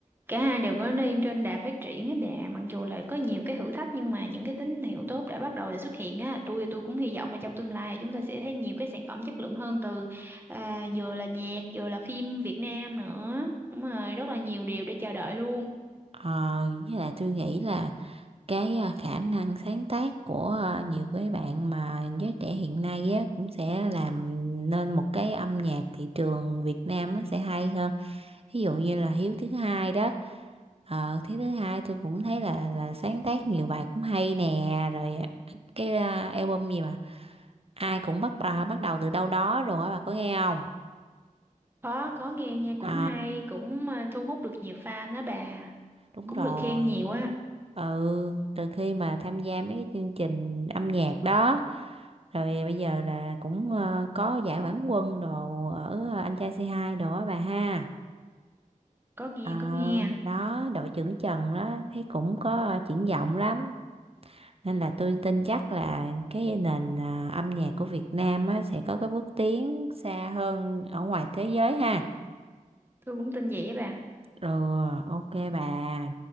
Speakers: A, on the right; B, on the right.
A: cả hai đều có đang trên đà phát triển á bà, mặc dù là có nhiều cái thử thách nhưng mà những cái tín hiệu tốt đã bắt đầu xuất hiện á, tôi tôi cũng hy vọng là trong tương lai là chúng ta sẽ thấy nhiều cái sản phẩm chất lượng hơn từ à, vừa là nhạc, vừa là phim Việt Nam nữa. Đúng rồi, rất là nhiều điều để chờ đợi luôn.
B: Ờ, với lại tôi nghĩ là cái à, khả năng sáng tác của à, nhiều cái bạn mà giới trẻ hiện nay á cũng sẽ làm nên một cái âm nhạc thị trường Việt Nam nó sẽ hay hơn. Ví dụ như là Hiếu thứ hai đó ờ thế thứ hai tôi cũng thấy là là sáng tác nhiều bài cũng hay nè rồi cái à, album gì mà ai cũng bắt à, bắt đầu từ đâu đó rồi á bà có nghe không
A: Có có nghe nha,
B: ờ
A: cũng hay, cũng à, thu hút được nhiều fan đó bà,
B: đúng
A: cũng
B: rồi
A: được khen nhiều á.
B: ừ từ khi mà tham gia mấy cái chương trình âm nhạc đó rồi bây giờ là cũng ờ, có giải quán quân đồ ở anh trai C2 đồ á bà ha
A: Có nghe,
B: Ờ,
A: có nghe.
B: đó đội trưởng Trần đó thấy cũng có ờ, triển vọng lắm nên là tôi tin chắc là cái nền à, âm nhạc của Việt Nam á, sẽ có cái bước tiến xa hơn ở ngoài thế giới ha.
A: Tôi cũng tin vậy á bà.
B: Ừ, ok bà.